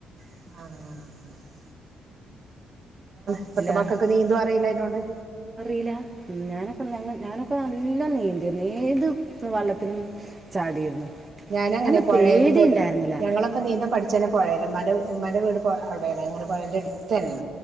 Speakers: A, on the right; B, on the right.
A: ആഹ് ഇപ്പത്തെ
B: ഇല്ല
A: മക്കൾക്ക് നീന്തും അറിയില്ല അയിനോണ്ട്
B: അറിയില്ല ഞാനൊക്കെ ഞ ഞാനൊക്കെ അപ്പ നല്ല നീന്തിരുന്നു ഏത് വള്ളത്തിലും ചാടിയിരുന്നു
A: ഞാന അങ്ങനെ
B: അന്ന്
A: പൊഴയാലും
B: പേടി
A: തോട്ട്
B: ഉണ്ടായിരുന്നില്ല
A: ഞങ്ങള അപ്പ നീന്താ പഠിച്ചന്നെ പോയെല ഇമ്മ ഇമ്മാന്റെ വീട് അവിടെയാണ് അങ്ങനെ പോയന്റെ തന്നെയ